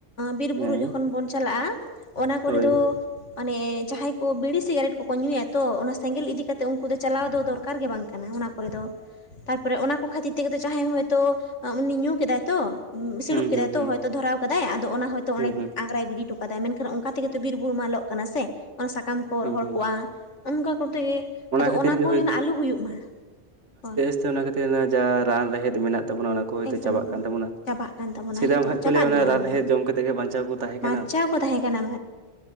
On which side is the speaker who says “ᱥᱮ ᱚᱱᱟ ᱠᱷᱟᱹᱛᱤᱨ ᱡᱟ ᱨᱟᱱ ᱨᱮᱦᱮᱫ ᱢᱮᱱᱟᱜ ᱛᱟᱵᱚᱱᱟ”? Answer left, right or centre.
Right